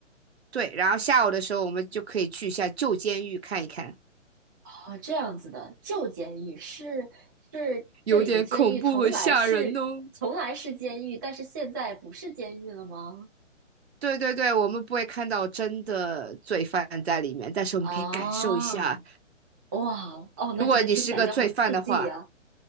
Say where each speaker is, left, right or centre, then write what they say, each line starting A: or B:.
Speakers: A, on the right (about 55°); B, on the right (about 15°).
A: 对，然后下午的时候我们就可以去一下旧监狱看一看。
B: 哦，这样子的，旧监狱是是这里的监狱，
A: 有点恐怖和吓人哦。
B: 从来是从来是监狱，但是现在不是监狱了吗？
A: 对对对，我们不会看到真的罪犯在里面，但是我们可以感受一下，
B: 啊，哇哦，
A: 如果你是个罪犯的话，
B: 那真的听起来就很刺激呀、